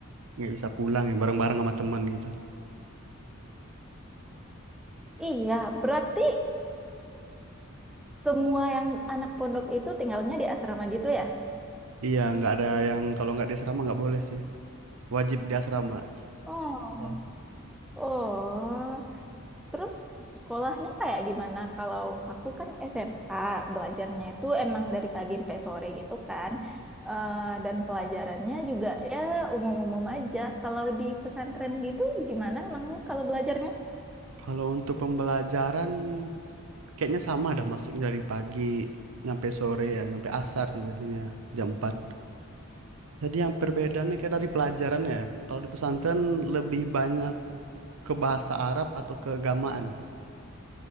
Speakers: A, on the right (about 75°); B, in the centre.
A: nggak bisa pulang ya bareng-bareng sama teman gitu.
B: Iya, berarti Semua yang anak pondok itu tinggalnya di asrama gitu ya?
A: Iya, nggak ada yang kalau nggak di asrama nggak boleh sih. Wajib di asrama.
B: Oh,
A: Ya.
B: oh. Terus sekolahnya kayak gimana? Kalau aku kan SMA, belajarnya itu emang dari pagi sampai sore gitu kan. Eh, dan pelajarannya juga ya umum-umum aja. Kalau di pesantren gitu gimana emangnya kalau belajarnya?
A: Kalau untuk pembelajaran Kayaknya sama ada masuknya dari pagi nyampe sore ya, nyampe asar sih biasanya jam 4. Jadi yang perbedaannya kayak dari pelajaran ya. Kalau di pesantren lebih banyak ke bahasa Arab atau keagamaan.